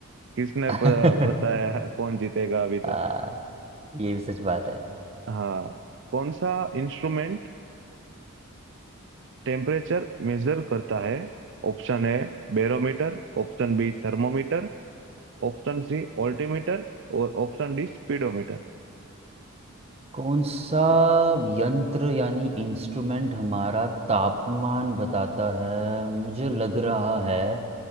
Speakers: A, on the right; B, on the right.
A: किसने
B: हाँ
A: प- बताया
B: <laughs>
A: है कौन जीतेगा अभी तो
B: आ, ये भी सच बात है
A: हाँ कौन सा इंस्ट्रूमेंट टेम्परेचर मेजर करता है ऑप्शन है barometer option B thermometer option C altimeter और ऑप्शन डी स्पीडोमीटर
B: कौन सा यंत्र यानी इंस्ट्रूमेंट हमारा तापमान बताता है मुझे लग रहा है